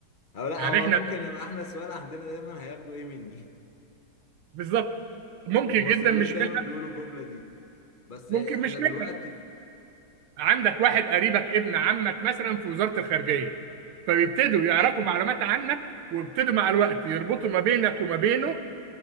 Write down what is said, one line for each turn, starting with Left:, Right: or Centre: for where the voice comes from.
Left: او لا
Right: يعني
Left: هو
Right: احنا
Left: ممكن يبقى احنا السؤال عندنا دايما هياخدوا ايه مني
Right: بالظبط ممكن
Left: المصريين
Right: جدا مش
Left: دايما
Right: منها
Left: بيقولوا الجمله دي بس
Right: ممكن
Left: احنا
Right: مش
Left: دلوقتي
Right: منها
Left: في...
Right: عندك واحد قريبك ابن عمك مثلا في وزارة الخارجية فبيبتدوا
Left: ايوه
Right: يعرفوا معلومات عنك ويبتدوا مع الوقت يربطوا ما بينك وما بينه